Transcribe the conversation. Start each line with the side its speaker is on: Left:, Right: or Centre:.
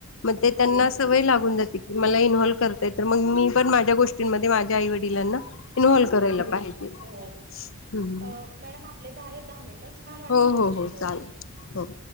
Left: मग ते
Right: हो
Left: त्यांना अस सवय लागून जाते की मला इनव्हल्व कर तर मग मी पण माझ्या गोष्टींमध्ये माझ्या आई वडिलांना इन्व्हॉल्व करायला
Right: इनव्हॉल्
Left: पाहिजे.
Right: हो
Left: हम्म.
Right: अ मॅडम आप आपले झाले दहा मिनट छान वाटलं
Left: हो
Right: तुमच्याशी
Left: हो हो
Right: बोलून
Left: चालेल हो